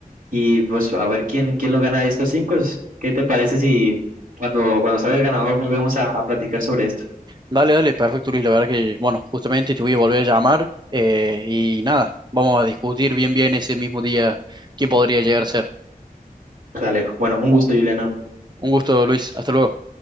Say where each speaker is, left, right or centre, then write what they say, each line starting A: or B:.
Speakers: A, on the right; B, on the right.
A: y pues a ver quién, quién lo gana de estos cinco. ¿Qué te parece si cuando, cuando salga el ganador volvemos a, a platicar sobre esto?
B: Dale, dale, perfecto, Luis. La verdad que, bueno, justamente te voy a volver a llamar eh, y nada, vamos a discutir bien, bien ese mismo día quién podría llegar a ser.
A: Pues, Alejo. Bueno, un gusto, Juliano.
B: Un gusto, Luis. Hasta luego.